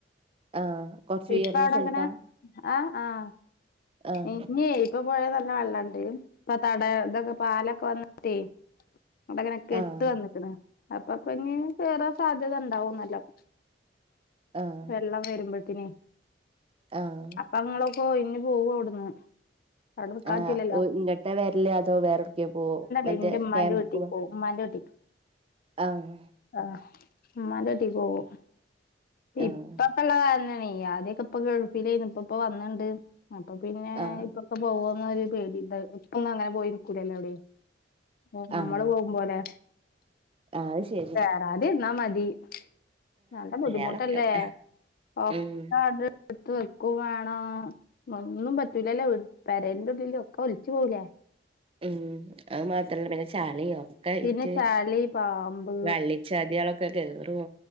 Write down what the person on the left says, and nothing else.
ഇപ്പ
അവിടെ
അങ്ങനെ ആ ആഹ്
<unintelligible> ഇപ്പൊ പോഴേ നല്ല വെള്ളണ്ട് ഇപ്പൊ തട ഇതൊക്കെ പാലൊക്കെ വന്നിട്ടേ അവിടങ്ങനെ കെട്ട്
വന്ന്ക്കണ്‌ അപ്പ പിന്നെ വേറെ സാധ്യത ഉണ്ടാവുംന്നാലും.
വെള്ളം വരുമ്പത്തിനെ
പ്പങ്ങളൊക്ക ഒഴിഞ്ഞ് പോവട്ന്ന് അതൊണ്ട നിക്കാൻ
പറ്റില്ലല്ലോ
എന്റെ ഉമ്മാന്റെ
വീട്ടിൽ
പോവും ഉമ്മാന്റെ വീട്ടിക്ക്.
ആഹ് ഇമ്മാൻ്റെ കുടി പോവും
ഇപ്പം പ്പുള്ള കാരണം ആണേ ആദ്യം ഒക്കെ ഇപ്പ ഗൾഫിൽ ആയിനൂ ഇപ്പം ഇപ്പ വന്നിണ്ട് അപ്പൊ പിന്നെ
ഇപ്പൊക്കെ പോവോന്നൊരു പേടി ണ്ടായി ഇപ്പൊന്ന് അങ്ങനെ പോയി നിക്കൂലാല്ലോ എവിടെ ഓ നമ്മള്
പോകുമ്പ പോലെ
വെരാതിരുന്ന മതി നല്ല ബുദ്ധിമുട്ടല്ലേ.
ഒക്കെ
അത് എടുത്ത് വെക്കും വേണോ ഒന്നിനും പറ്റൂലല്ലേ പെരേൻ്റെ ഉള്ളില് ഒക്കെ ഒലിച്ച് പോകൂലേ
പിന്നെ ചളി പാമ്പ്